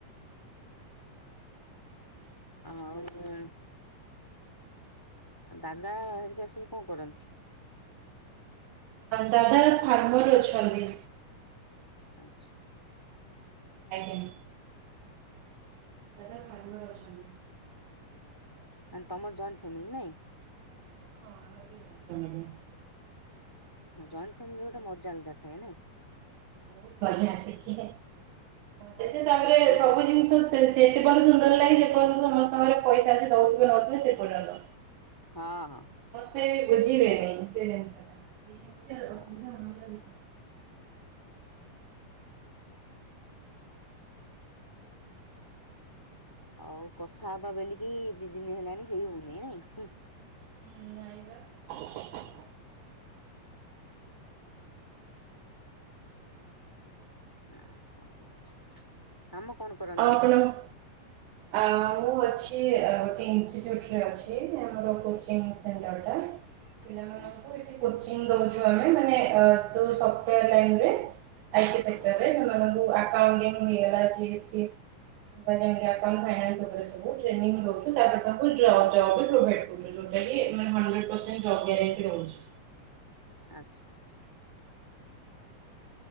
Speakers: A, in the centre; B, on the right.
A: ଆଉରି। ଦାଦା ହରିକା ସବୁ କଣ କରନ୍ତି?
B: ଦାଦା ଫାର୍ମର ଅଛନ୍ତି।
A: ଆଚ୍ଛା।
B: ଆଜ୍ଞା। ଦାଦା ଫାର୍ମର ଅଛନ୍ତି।
A: ତମର ଜଏଣ୍ଟ ଫ୍ୟାମିଲି ନାଇଁ।
B: ହଁ ଆମର ବି ଜାଣିଚୁ। ଆମେ ବି।
A: ଜଏଣ୍ଟ୍ ଫ୍ୟାମିଲିର ଗୋଟେ ମଜା ଅଲଗା ଥାଏ ନାଇଁ।
B: <unintelligible> ଆସିଥିଲେ। ସେଥିରେ ତାପରେ
A: ଯିଏ ଜ
B: ସବୁ
A: ହଁ
B: ଜିନିଷ ସେ ପର୍ଯ୍ୟନ୍ତ ସୁନ୍ଦର ଲାଗେ ଯେ ପର୍ଯ୍ୟନ୍ତ ସମସ୍ତଙ୍କରେ ପଇସା ଆସି ଦଉଥିବେ ନଉଥିବେ ସେଇ ପର୍ଯ୍ୟନ୍ତ।
A: ହଁ ହଁ।
B: କେହି ବୁଝିବେନି ସେ ଜିନିଷ
A: ହଁ
B: ଟା।
A: ଆଉ କଥା ହବା ବୋଲିକ୍ କି ଦିଦିନି ହେଲାଣି ହେଇ ହଉନି ନାଇଁ ହୁଁ।
B: ନାହିଁ। ନାଇଁ <unintelligible>
A: ନା ହଉ। କାମ କଣ କରନ୍ତି?
B: ଆପଣ ଆଉ ଅଛି ଅ ଗୋଟେ ଇନଷ୍ଟିଚ୍ୟୁଟ୍ ରେ ଅଛି ଆମର କୋଚିଂ ସେଣ୍ଟର୍ ଟା।
A: <unintelligible>
B: ପିଲାମାନଙ୍କୁ
A: ଆଚ୍ଛା
B: ଏଠି କୋଚିଙ୍ଗ ଦଉଚୁ ଆମେ ମାନେ ଅ ସବୁ ସଫ୍ଟୱେର ଲାଇନ୍ ରେ। ଆଇଟି ସେକ୍ଟର୍
A: ଓହୋ
B: ରେ ଉଁ ଅ ଯୋଉ ଆକଉଣ୍ଟିଙ୍ଗ ବି ହେଲା ଜିଏସ୍ଟି। ଏମାନେ ଆପଣ ଫାଇନାନ୍ସ ଉପରେ ସବୁ ଟ୍ରେନିଂ ଦଉଚୁ, ତାପରେ ତାଙ୍କୁ ଏ ଜବ୍ ବି ପ୍ରୋଭାଇଡ୍ କରୁଚୁ। ଯୋଉଟାକି <unintelligible> ହଣ୍ଡ୍ରେଡ୍ ପରସେଣ୍ଟ୍ ଜବ୍ ଗ୍ୟାରେଣ୍ଟି ରହୁଛି।
A: ଆଚ୍ଛା।